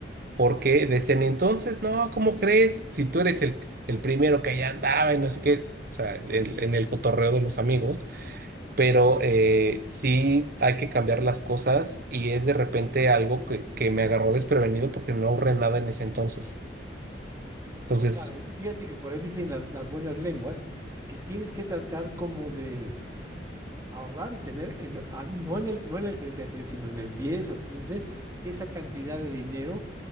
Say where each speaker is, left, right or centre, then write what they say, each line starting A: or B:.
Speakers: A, on the right; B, on the right.
A: porque decían, "Y entonces, no, ¿cómo crees? Si tú eres el, el primero que allá andaba y no sé qué, o sea, en, en el cotorreo de los amigos, pero eh, sí hay que cambiar las cosas y es de repente algo que, que me agarró desprevenido porque no ahorré nada en ese entonces. Entonces.
B: Claro, y fíjate que por ahí dicen las, las buenas lenguas que tienes que tratar como de ahorrar y tener, en- a- no, en el, no en el 33, sino en el 10 o el 15, esa cantidad de dinero